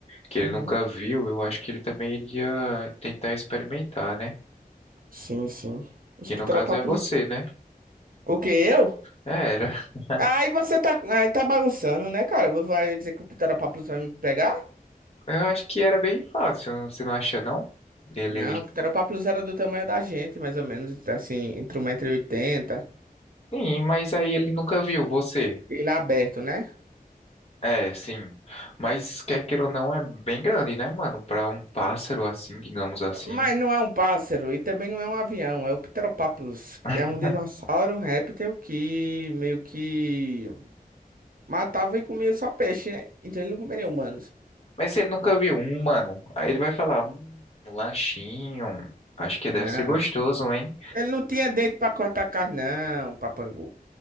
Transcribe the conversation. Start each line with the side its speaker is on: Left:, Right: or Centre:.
Left: que
Right: Uhum.
Left: ele nunca viu, eu acho que ele também iria tentar experimentar, né?
Right: Sim, sim. Os
Left: Que
Right: Pterodáctilos.
Left: no caso é você, né?
Right: O que, eu?
Left: É, Era. <laughs>
Right: Aí você tá, aí tá bagunçando, né, cara? Você Vai dizer que o Pterodáctilos vai me pegar?
Left: Eu acho que era bem fácil, você não acha, não? Ele,
Right: Não,
Left: ele...
Right: o Pterodáctilos era do tamanho da gente, mais ou menos, assim, entre um metro e oitenta
Left: Sim, mas aí ele nunca viu você.
Right: ele é aberto, né?
Left: É, sim. Mas quer queira ou não, é bem grande, né, mano? Pra um pássaro assim, digamos assim.
Right: Mas não é um pássaro e também não é um avião, é o Pteropápulos.
Left: <laughs>
Right: É um dinossauro, um réptil que meio que matava e comia só peixe, né? Então ele não comeria humanos.
Left: Mas se ele nunca viu um, mano, aí ele vai falar, um lanchinho. Acho que
Right: Não.
Left: deve ser gostoso, hein?
Right: Ele não tinha dente pra cortar carne, não, papangu.